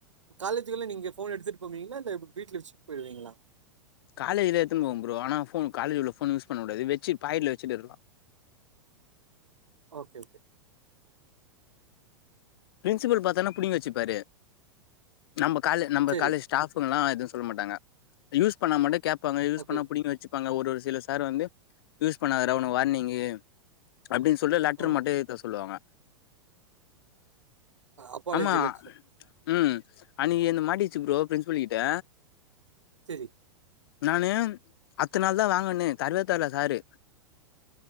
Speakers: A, on the right; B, on the left.
A: காலேஜுக்குலா நீங்க ஃபோன் எடுத்துட்டு போவீங்களா இல்ல வீட்ல வச்சுட்டு போயிடுவீங்களா
B: காலேஜ்ல எத்துன்னு போவ ப்ரோ ஆனா ஃபோன் காலேஜ் உள்ள ஃபோன் யூஸ் பண்ண கூடாது வெச்சு பாக்கெட்ல வச்சிட்டு இருக்கலா
A: ஓகே ஓகே
B: பிரின்சிபல் பாத்தார்னா புடிங்கி வச்சுப்பாரு நம்ம காலு நம்ப
A: சரி
B: காலேஜ் ஸ்டாப்குலான் எதும் சொல்ல மாட்டாங்க யூஸ் பண்ணாமட்டு கேப்பாங்க யூஸ்
A: ஓகே
B: பண்ணா புடிங்கி வச்சி ப்பாங்க ஒரு ஒரு சில சார் வந்து யூஸ் பண்ணாதடா ஒனக்கு வார்னிங்கு அப்டின் சொல்லி லெட்டரு
A: ஆ
B: மட்டு எழுதி தர சொல்லுவாங்க
A: அப்பாலேஜி
B: ஆமா
A: லெட்டரு
B: ம் அன்னிக்கி என்து மாட்டிகிச்சு ப்ரோ பிரின்ஸிபல் கிட்ட
A: செரி
B: நானு அத்த நாள் தா வாங்கன்னே தரவே தரல சாரு